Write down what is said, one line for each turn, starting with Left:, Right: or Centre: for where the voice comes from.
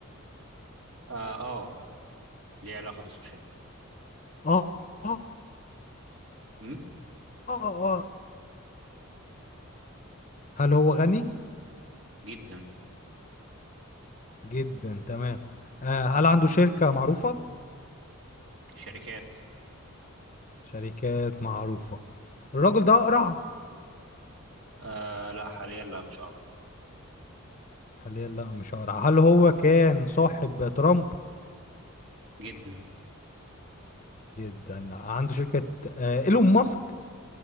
Right: اه آه، ليه علاقة بالسوشيال
Left: اه اه
Right: ميديا أمم،
Left: اه اه هل هو غني؟
Right: جدا
Left: جدا تمام آه هل عنده شركة معروفة؟
Right: شركات
Left: شركات معروفة الراجل ده أقرع
Right: آه لا حاليا لا مش أعرف
Left: حاليا لا مش هقرا هل هو كان صاحب ترامب
Right: جدا
Left: جدا عنده شركة آه ايلون ماسك